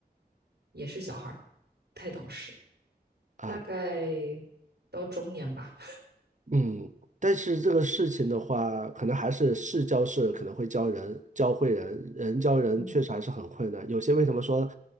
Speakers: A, on the right; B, on the right.
A: 也是小孩儿，不太懂事，
B: 啊，
A: 大概到中年吧。
B: 嗯，但是这个事情的话，可能还是事教事，可能会教人，教会人，人教人确实还是很困难。
A: <laughs> 嗯
B: 有些为什么说，